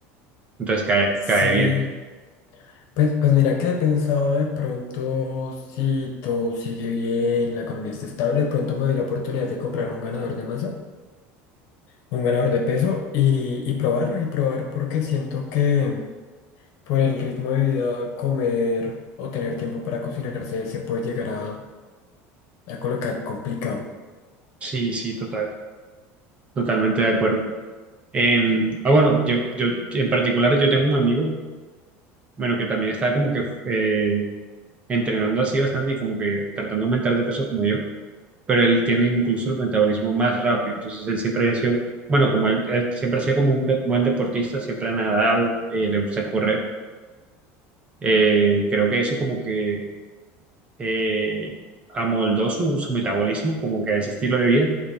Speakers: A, on the right; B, on the left.
A: entonces cae,
B: Sí,
A: cae bien.
B: pues, pues mira que he pensado de pronto, si todo sigue bien, la economía está estable, de pronto me doy la oportunidad de comprar un ganador de masa, un ganador de peso y, y probar, y probar porque siento que Por el ritmo de vida, comer o tener tiempo para cocinarse se puede llegar a, a colocar complicado.
A: Sí, sí, total, totalmente de acuerdo. Eh, ah, bueno, yo, yo en particular yo tengo un amigo, bueno, que también está como que eh, entrenando así bastante y como que tratando de aumentar de peso como yo. pero él tiene incluso el metabolismo más rápido. Entonces él siempre ha sido, bueno, como él, él siempre ha sido como un de- buen deportista, siempre ha nadado, eh, le gusta correr. Eh, creo que eso como que eh, amoldó su, su metabolismo como que a ese estilo de vida